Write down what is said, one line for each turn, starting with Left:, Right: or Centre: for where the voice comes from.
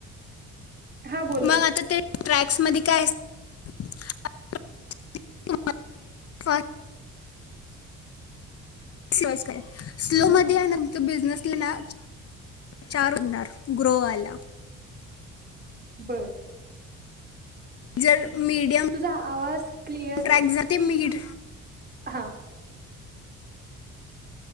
Right: हां बोल
Left: मग
Right: ना
Left: आता ते ट्रॅक स मध्ये काय <unintelligible> <unintelligible> स्लो मध्ये आहे ना तुमचा बिझनेस आहे ना चार होणार ग्रो वाला.
Right: बरं
Left: जर मीडियम
Right: तुझा आवाज क्लिअर-
Left: ट्रॅक जर ते मीड
Right: हा